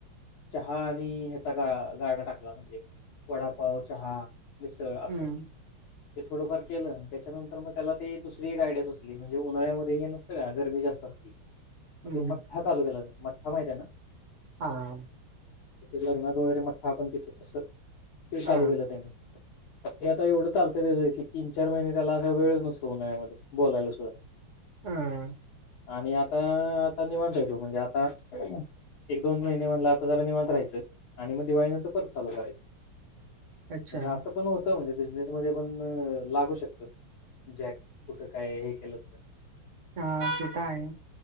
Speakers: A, on the left; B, on the right.
A: चहां आणि ह्यांचा गा गांरडा टाकलां म्हणजे वडांपाव चहां मिसंळ असं
B: हम्म
A: ते थोडंफार केलं आणि त्यांच्यानंतर मंग त्यांला ते दुसरी एक गयडिया सुचंली म्हणजे उन्हांळ्यांमध्ये हे नसं कां गर्मी जास्तं असतं मंग
B: हम्म
A: ते मठ्ठां चालूं केलायं मठ्ठां माहितं आहे नां
B: हां
A: लग्नांत वगैरें मठ्ठां आपणं तीथं तसं चालूं
B: हा
A: केलं त्यांनी आतां ते एवढं चालतंय त्याचं की तीन चार महिने त्यांला असां वेळचं नसतो उन्हांळ्यांमध्ये बोलां दूसर
B: हम्मं
A: आणि आतां आतां निवांत तूं म्हणजे आतां एक दोन महिने मधलं आतां जरां निवांत राहायचं आणि मंग दिवाळीनंतर परंत चालूं करायचं
B: अच्छा
A: ह्या म्हण असं पणं होतं म्हणजे बिझनेस मध्यें पणं लागूं शकते जॅक कुठं कायं हे केलंस तरं
B: हां ते तरं आहे